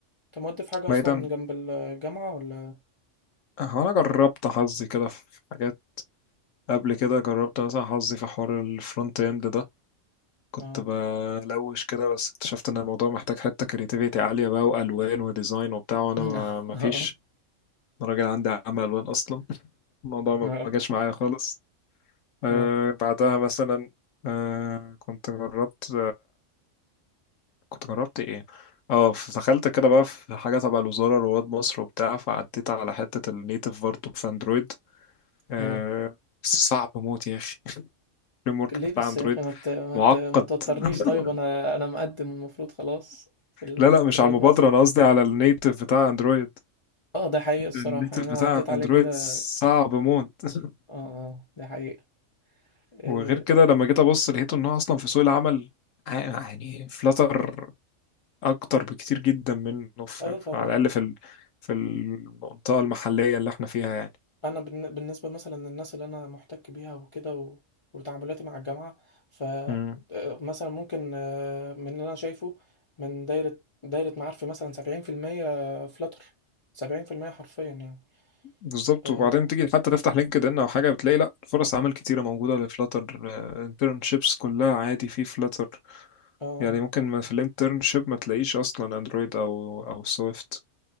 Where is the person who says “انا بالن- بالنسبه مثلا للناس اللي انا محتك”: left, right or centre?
Left